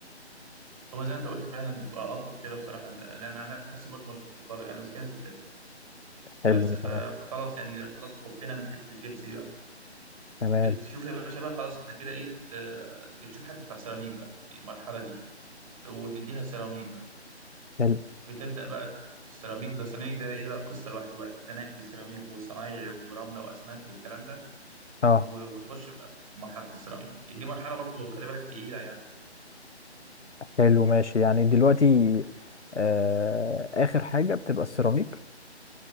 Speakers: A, on the right; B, on the left.
A: هو زي ما انت قلت فعلا بتبقى الطف كده بصراحه لان انا نفسي برضو مش بفضل يعني بس في ناس بتحب بس
B: حلو
A: ف-
B: تمام
A: فخلاص يعني خلاص فكنا من حته الجبس دي بقى
B: تمام
A: بتشوف يا باشا بقى خلاص احنا كده ايه آه، بتشوف حد بتاع سيراميك بقى يعني المرحله دي وتديها سيراميك بقى
B: حلو
A: بتبدا بقى في السيراميك ده السيراميك ده ايه ده قصه لوحده بقى تنقي سيراميك وصنايعي ورمله واسمنت والكلام ده
B: اه
A: و- وتخش بقى في مرحله السيراميك يعني دي مرحله برضو خلي بالك تقيله يعني
B: حلو ماشي يعني دلوقتي آه آخر حاجة بتبقى السيراميك